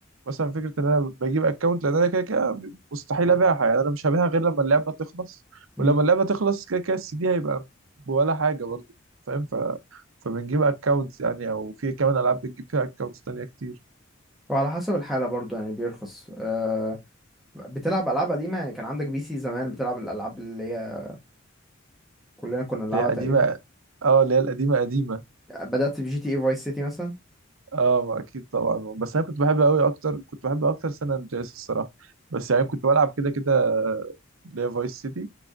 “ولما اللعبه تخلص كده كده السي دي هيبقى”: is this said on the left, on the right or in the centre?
Right